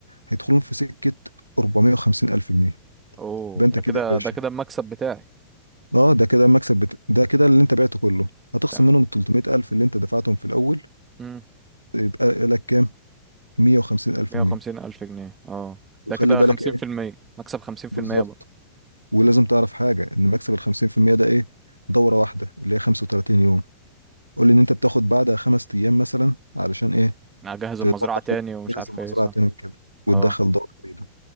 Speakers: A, on the right; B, on the right.
A: هيدخلهم في سكة 450 ألف جنيه
B: اوه
A: يبقى أنت
B: ده
A: كده
B: كده
A: يا باشا
B: ده كده المكسب بتاعي
A: اه ده كده المكسب بت... ده كده اللي انت بعته كله هتخصم
B: تمام
A: منهم ال 300000 اللي انت دفعتهم في الاول
B: امم
A: يبقى لك كام 150000 جنيه
B: مية وخمسين ألف جنيه اه
A: وخلي
B: ده كده
A: بالك
B: خمسين
A: ايه
B: في المية مكسب خمسين في
A: بالظبط
B: المية بقى
A: ولازم تعرف حاجه ان مكسب ال 50% ده ايه دوره واحده اللي هي 35 يوم قول لي ان انت بتاخد بعدها خمس ايام مثلا علشان ايه
B: أنا هجهز
A: تنظف
B: المزرعة تاني ومش
A: تجهز
B: عارف
A: المزرعه
B: ايه صح
A: تاني كده وتدخل
B: اه
A: دوره جديده